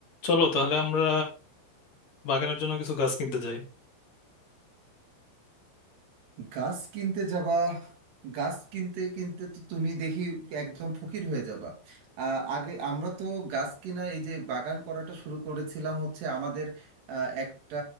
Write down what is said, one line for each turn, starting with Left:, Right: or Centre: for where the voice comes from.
Left: চলো তাহলে আমরা বাগানের জন্য কিছু গাছ কিনতে যাই
Right: গাছ কিনতে যাবা গাছ কিনতে কিনতে তো তুমি দেখি একদম ফকির হয়ে যাবা আহ, আগে আমরা তো গাছ কিনা এই যে বাগান করাটা শুরু করেছিলাম হচ্ছে আমাদের আহ, একটা